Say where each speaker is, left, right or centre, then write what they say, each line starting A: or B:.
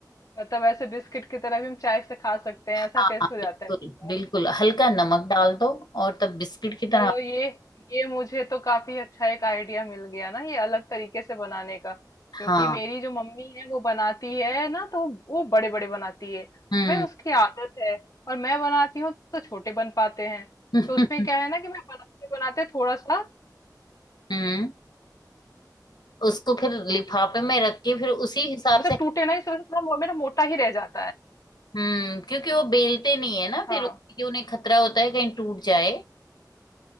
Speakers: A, on the left (about 50°); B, on the left (about 75°).
A: मतलब ऐसे बिस्किट की तरह भी हम चाय से खा सकते हैं
B: हाँ
A: ऐसा टेस्ट
B: हाँ,
A: हो जाता
B: बिल्कुल
A: है उसका।
B: बिल्कुल हल्का नमक डाल दो और तब बिस्किट की तरह
A: चलो ये ये मुझे तो काफी अच्छा एक आइडिया मिल गया ना ये अलग तरीके से बनाने का क्योंकि
B: हाँ
A: मेरी जो मम्मी है वो बनाती है ना तो वो बड़े बड़े बनाती है
B: हम्म
A: भाई उसकी आदत है और मैं बनाती हूँ तो छोटे बन पाते हैं
B: <laughs>
A: तो उसमें
B: हम्म
A: क्या है ना कि मैं बनाते बनाते थोड़ा सा
B: हम्म उसको फिर लिफाफे में रख के फिर उसी हिसाब
A: मतलब
B: से
A: टूटे ना इस वजह से थोड़ा मो- मेरा मोटा ही रह जाता है
B: हम्म क्योंकि वो बेलते नहीं है ना
A: हाँ
B: फिर क्योंकि उन्हें खतरा होता है कहीं टूट जाए